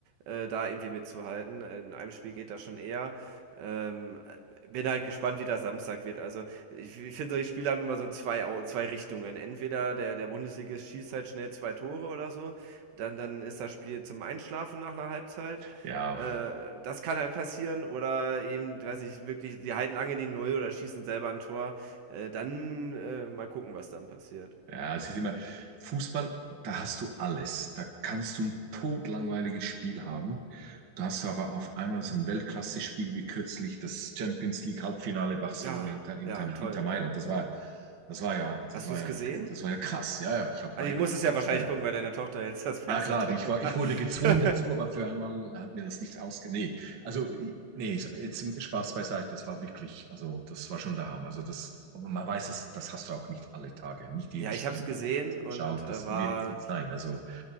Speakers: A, on the right; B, on the right.
A: äh, da irgendwie mitzuhalten. In einem Spiel geht das schon eher. Ähm, bin halt gespannt, wie das Samstag wird. Also ich, ich finde, solche Spiele haben immer so zwei, Au- zwei Richtungen. Entweder der, der Bundesligist schießt halt schnell zwei Tore oder so, dann, dann ist das Spiel zum Einschlafen nach einer Halbzeit.
B: Ja,
A: Äh, das kann halt passieren. Oder eben, weiß ich, wirklich, die halten lange die Null oder schießen selber ein Tor. Äh, dann äh, mal gucken, was dann passiert.
B: Ja, es ist immer, Fußball, da hast du alles. Da kannst du ein todlangweiliges Spiel haben. Da hast du aber auf einmal so ein Weltklasse-Spiel wie kürzlich das Champions League Halbfinale Barcelona
A: Ja,
B: Inter, Inter,
A: ja, toll,
B: Inter Mailand.
A: ja,
B: Das
A: ja.
B: war, das war ja, das
A: Hast
B: war
A: du es
B: ja,
A: gesehen?
B: das war ja krass. Ja, ja, ich habe
A: Also,
B: beide
A: du musstest
B: gesehen.
A: ja
B: Das
A: wahrscheinlich
B: war ja
A: gucken, weil deine Tochter jetzt das
B: ja,
A: Barca-Trikot
B: klar, ich war, ich
A: hat.
B: wurde gezwungen
A: <laughs>
B: dazu, aber für einmal hat mir das nicht ausge... Nee, also, nee, jetzt Spaß beiseite, das war wirklich, also, das war schon der Hammer. Also, das, aber man weiß, das, das hast du auch nicht alle Tage, nicht jedes
A: ja, ich
B: Spiel,
A: hab's gesehen
B: das man
A: und
B: schaut,
A: äh,
B: das
A: war,
B: wird so sein. Also,